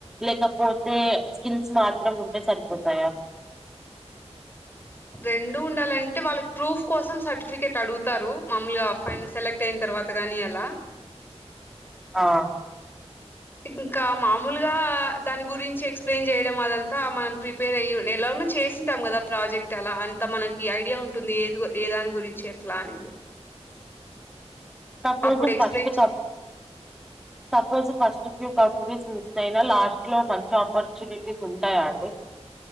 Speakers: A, in the centre; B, on the left (about 20°).
A: లేకపోతే స్కిల్స్ మాత్రం ఉంటే సరిపోతాయా
B: రెండు ఉండాలంటే వాళ్ళకి ప్రూఫ్ కోసం సర్టిఫికేట్ అడుగుతారు మమ్మలుగా ఫైల్ సెలెక్ట్ టెన్ అయిన తర్వాతగాని అలా
A: హా
B: ఇంకా మామూలుగా దాని గురించి ఎక్స్ప్లెయిన్ చేయడం అదంతా మనం ప్రిప్ ప్రిపేర్ అయ్యి ఎలానో చేసింటాం కదా ప్రాజెక్ట్ అలా అంత మనకి ఐడియా ఉంటుంది ఏది ఏ దాని గురించి చె ప్లానేది
A: సపోజ్
B: అప్పుడు ఎక్స్ప్లెయిన్
A: ఫస్ట్
B: చే
A: కబ్ suppose first few companies miss అయినా లాస్ట్ లో మంచి ఆపర్చునిటీస్ ఉంటాయండి